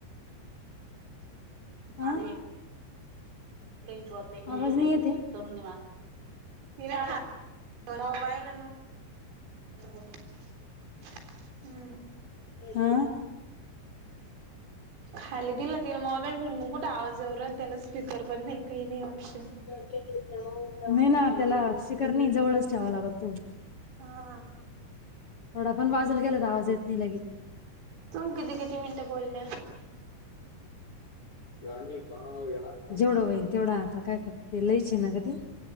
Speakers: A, on the left; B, on the right.
A: हा
B: माला एक काही बत नाही
A: आवाज
B: त
A: येते?
B: <unintelligible> करुण दे मला फिरा तो मोबाइल <unintelligible> हम्म
A: ह अ
B: खाली दिलं तिने मोबाईल ठेून म कुठे आवाज येउ राहिला त्याला स्पीकर पण नाही काही नाही ऑप्शन
A: <inaudible> नाही ना त्याला स्पीकर नाही जवळच ठेवायला लागतो
B: हां आ
A: थोडा पण बाजूला गेला तर आवाज येत नहि लगेच
B: तूम्ही किती किती मिनटं बोलल्या?
A: <inaudible> जेवढं होईल तेवढं आता काय करती लईचे ना ग ते